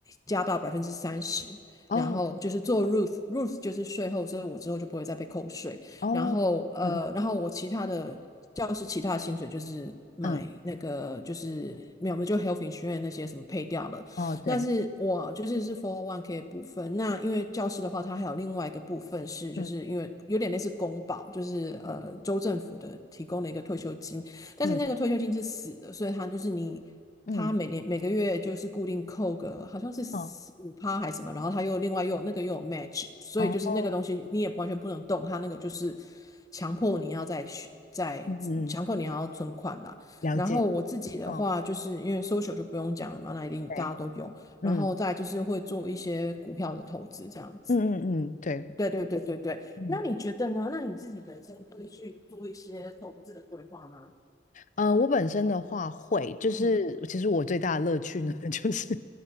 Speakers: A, on the left; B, on the left.
A: 加到百分之三十，
B: 哦
A: 然后就是做 Ruth，Ruth 就是税后，所以我之后就不会再被扣税，
B: 哦，
A: 然后呃，
B: 嗯
A: 然后我其他的教师其他的薪水就是买那个就是没有，
B: 嗯
A: 我们就 health insurance 那些什么配掉了。
B: 哦，对，
A: 那是我就是是 f o r One K 的部分。那因为教师的话，它还有另外一个部分是，
B: 嗯
A: 就是因为有点类似公保，就是呃州政府的提供的一个退休金，但是那个退休金是死的，
B: 嗯
A: 所以他就是你。
B: 嗯
A: 他每年每个月就是固定扣个好像是
B: 哦
A: 五趴还是什么，然后他又另外又有那个又有 match，所以就是那个东西你也完全不能动，
B: 哦，
A: 他那个就是强迫你要再续再强迫你要存款啦。
B: 嗯嗯，了解，
A: 然后我自己的话，
B: 哦，
A: 就是因为 social 就不用讲了嘛，那一定大家都有。
B: 对，嗯
A: 然后再就是会做一些股票的投资这样子。
B: 嗯嗯嗯，对。
A: 对对对对对，
B: 嗯。
A: 那你觉得呢？那你自己本身会去做一些投资的规划吗？
B: 呃，我本身的话会，就是其实我最大的乐趣呢，
A: 嗯嗯，
B: <laughs> 就是，